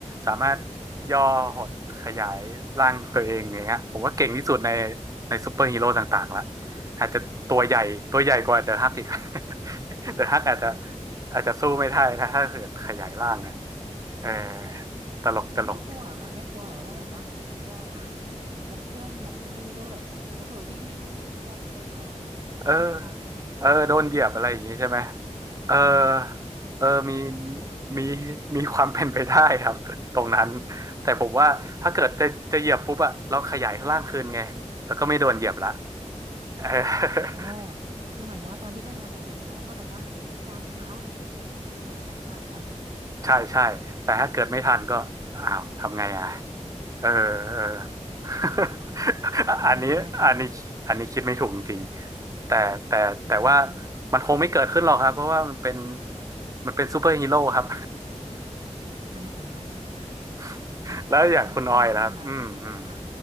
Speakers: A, on the right; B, on the right.
A: สามารถ
B: อืม
A: ย่อหดขยายร่างตัวเองอย่างเงี้ยผมว่าเก่งที่สุดในในซูเปอร์ฮีโร่ต่างๆละอาจจะตัวใหญ่ตัวใหญ่กว่าเดอะฮักอีก
B: อืมเหรอคะ
A: <laughs> เดอะฮักอาจจะ
B: อืม
A: อาจจะสู้ไม่ได้นะถ้าเกิดขยายร่างนะเออ
B: ค่ะ
A: ตลกตลก
B: แล้วไม่กลัวเหรอค่ะไม่กลัวเหรอว่าแบบว่าถ้าเกิดเราย่อล่างเนี้ยแล้วเพื่อนแบบซูเปอร์ฮีโร่แบบเผลอๆวิ่งวิ่งวิ่งวิ่งแล้วมองไม่เห็นเราเนี้ยทับเราทำไงอ่ะ
A: เออ เออโดนเหยียบอะไรอย่างงี้ใช่ไหม เออ
B: ใช่
A: เออมีมีมีความเป็นไปได้ครับตรงนั้น แต่ผมว่าถ้าเกิดจะจะเหยียบปุ๊บอะเราขยายร่างคืนไงแล้วก็ไม่โดนเหยียบละ
B: ค่ะ
A: เออ
B: อ๋อ
A: <laughs>
B: คือหมายความว่าตอนที่เพื่อนกำลังจะเหยียบลงมาแล้วก็แบบว่าดันเท้ามันขึ้นไปเลยอย่างงี้ใช่ไหมแบบแปลงร่างกลับมา
A: ใช่ใช่แต่ถ้าเกิดไม่ทันก็อ้าวทำไงอ่ะเออเออ <laughs>
B: <laughs> นั่นน่ะสิน่าคิดนะ
A: อันนี้อันนี้อันนี้คิดไม่ถูกจริงๆแต่แต่แต่ว่า
B: อืม
A: มันคงไม่เกิดขึ้นหรอกครับเพราะว่ามันเป็นมันเป็นซูเปอร์ฮีโร่ครับ
B: นั่นน่ะสิเนาะอืม
A: <laughs> แล้วอย่างคุณออยล่ะครับอืมอืม
B: สำหรับเรานะคะค่ะ